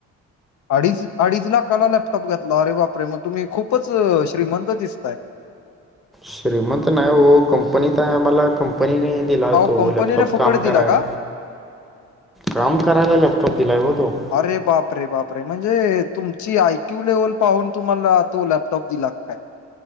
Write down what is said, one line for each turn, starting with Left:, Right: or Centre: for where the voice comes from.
Left: अडीच, अडीच लाखाला लॅपटॉप घेतला अरे बापरे मग तुम्ही खूपच श्रीमंत दिसताय?
Centre: श्रीमंत नाय हो कंपनीत आहे आम्हाला कंपनीने दिला
Left: अहो
Centre: होतो
Left: कंपनीने
Centre: लॅपटॉप
Left: फुकट
Centre: काम
Left: दिला
Centre: करायला.
Left: का?
Centre: काम करायला लॅपटॉप दिलाय ओ तो.
Left: अरे बापरे, बापरे म्हणजे तुमची आयक्यू लेवल पाहून तुम्हाला तो लॅपटॉप दिला काय?